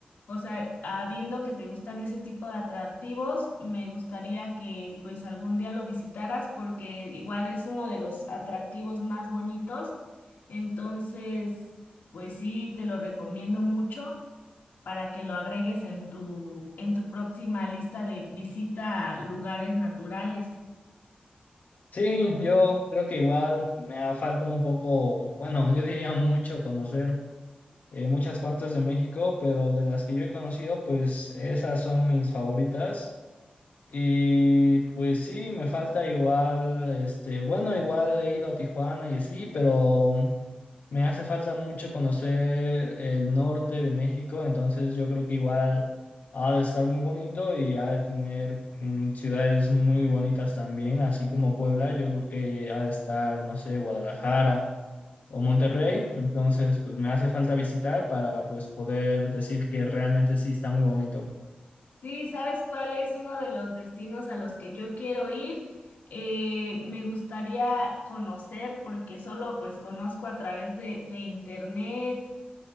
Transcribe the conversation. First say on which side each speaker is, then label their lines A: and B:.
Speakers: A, on the left (about 85°); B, on the left (about 65°).
A: O sea, habiendo que te gustan ese tipo de atractivos, me gustaría que pues algún día lo visitaras porque igual es uno de los atractivos más bonitos. Entonces, pues sí, te lo recomiendo mucho para que lo agregues en tu en tu próxima lista de visita a lugares naturales.
B: Sí, yo creo que igual me ha faltado un poco, bueno, yo diría mucho conocer en muchas partes de México, pero de las que yo he conocido, pues esas son mis favoritas. Y pues sí, me falta igual, este, bueno, igual he ido a Tijuana y así, pero me hace falta mucho conocer el norte de México, entonces yo creo que igual ha de estar muy bonito y ha de tener mm, ciudades muy bonitas también, así como Puebla, yo creo que ha de estar, no sé, Guadalajara o Monterrey, entonces pues me hace falta visitar para pues poder decir que realmente sí está muy bonito.
A: Sí, ¿sabes cuál es uno de los destinos a los que yo quiero ir? Eh, me gustaría conocer porque solo pues conozco a través de, de internet